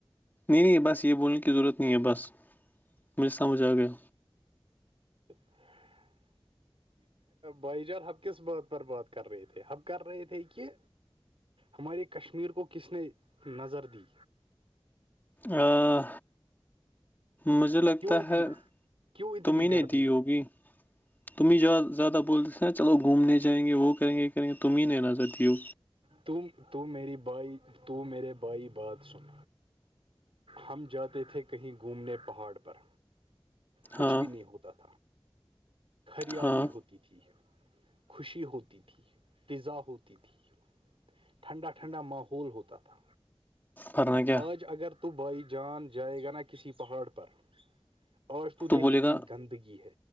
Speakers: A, on the left; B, on the right.
A: نہیں نہیں بس یہ بولنے کی ضرورت نہیں ہے بس مجھے سمجھ آ گیا
B: <inaudible> بھائی جان ہمب کس بات پر بات کر رہے تھے ہم کر رہے تھے کہ ہماری کشمیر کو کس نے نظر دی
A: آآآ مجھے لگتا
B: کیوں اتنی
A: ہے
B: کیوں اتنی
A: تمیں
B: گرمی
A: نے دی ہوگی
B: ہے.
A: تم ہی زیادہ بولتے تھے نا چلو گھومنے جائیں گے وہ کریں گے یہ کریں گے تم ہی نے نظر دی ہو
B: تم تو میری بھائی تو میرے بائی بات سن ہم جاتے تھے کہیں گھومنے پہاڑ پر کچھ
A: ہاں
B: بھی نہیں ہوتا تھا ہریالی
A: ہاں
B: ہوتی تھی خوشی ہوتی تھی فضا ہوتی تھی ٹھنڈا ٹھنڈا ماحول ہوتا تھا
A: ورنہ کیا
B: آج اگر تو تو بائی جان جائے گا نا کسی پہاڑ پر اور تو دیکھ
A: بولے
B: کتنی
A: گا
B: گندگی ہے